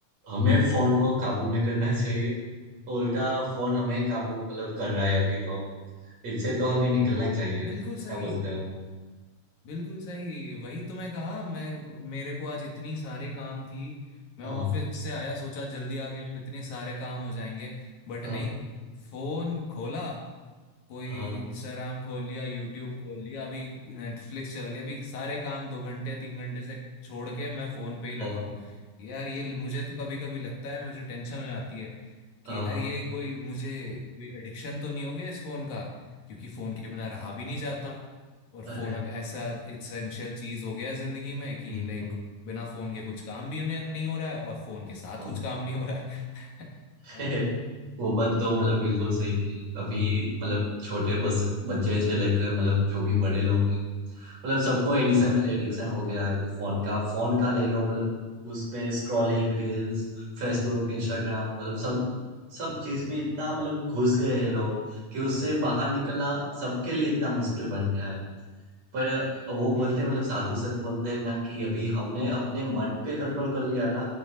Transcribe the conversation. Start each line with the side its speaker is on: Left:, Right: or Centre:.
Right: हमें फोन को काबू में करना चाहिए उल्टा फोन हमें काबू मतलब कर रहा है अभी तो इससे तो हमें निकलना ही चाहिए क्या
Left: बिल्कुल सही
Right: बोलते हो
Left: बिल्कुल सही वही तो मैं कहा मैं मेरे को आज इतनी सारे काम थी मैं
Right: हाँ
Left: ऑफिस से आया सोचा जल्दी आ गया हूँ इतने सारे काम हो जाएंगे बट
Right: हाँ
Left: नहीं फोन खोला कोई
Right: हाँ
Left: इंस्टाग्राम खोल लिया यूट्यूब खोल लिया अभी नेटफ्लिक्स चला लिया अभी सारे काम दो घंटे तीन घंटे से छोड़ के मैं फोन पे ही लगा
Right: हाँ,
Left: हूँ
Right: हाँ,
Left: यार ये मुझे तो कभी कभी लगता है मुझे टेंशन हो जाती है कि
Right: हाँ
Left: यार ये कोई मुझे कोई एडिक्शन तो नहीं हो गया इस फोन का क्योंकि फोन के बिना रहा भी नहीं जाता और
Right: अरे
Left: फोन अब ऐसा इसेंशियल चीज हो गया है जिंदगी में कि
Right: नहीं
Left: लाइक
Right: हूँ,
Left: बिना फोन के कुछ काम भी नहीं नहीं हो रहा है और फोन के साथ
Right: हाँ।
Left: कुछ काम नहीं हो रहा है <laughs>
Right: <laughs>
Left: है ना
Right: वो बात तो मतलब
Left: और-
Right: बिल्कुल सही कही अभी मतलब छोटे बस बच्चे से लेकर मतलब जो भी बड़े लोग हैं मतलब सबको एडिशन एडिक्शन हो गया है अभी फोन का फोन का ले लो मतलब उसमें स्क्रॉलिंग रील्स फेसबुक इंस्टाग्राम मतलब सब सब चीज में इतना मतलब घुस गए हैं लोग कि उससे बाहर निकलना सबके लिए इतना मुश्किल बन गया है पर वो बोलते
Left: हम्म
Right: मतलब साधु संत बोलते हैं ना कि अभी हमने अपने मन पे कंट्रोल कर लिया ना